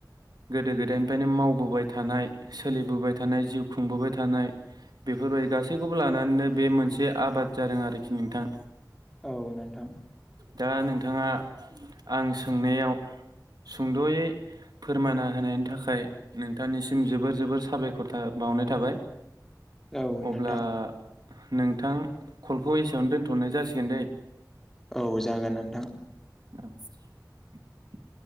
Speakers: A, on the right (about 65°); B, in the centre.
A: गोदो गोदायनिफ्रायनो मावबोबाय थानाय सोलिबोबाय थानाय जिउ खुंबोबाय थानाय बेफोरबायदि गासैखौबो लानानैनो बे मोनसे आबाद जादों आरोखि नोंथां
B: औ नोंथां
A: दा नोंथाङा आं सोंनायाव सुंद'यै फोरमायना होनायनि थाखाय नोंथांनिसिम जोबोर जोबोर साबायख खरथा बावनाय थाबाय।
B: औ
A: अब्ला
B: नोंथां
A: नोंथां कलखौ एसेयावनो दोन्थ'नाय जासिगोन दैे
B: औ जागोन नोंथां
A: औ <inaudible>